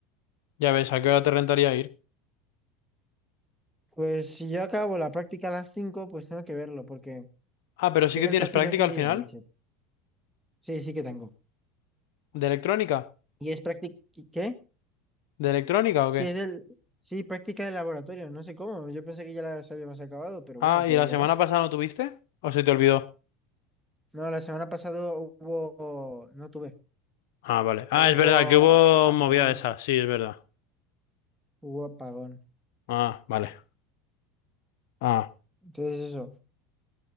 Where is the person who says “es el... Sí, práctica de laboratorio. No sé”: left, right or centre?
Centre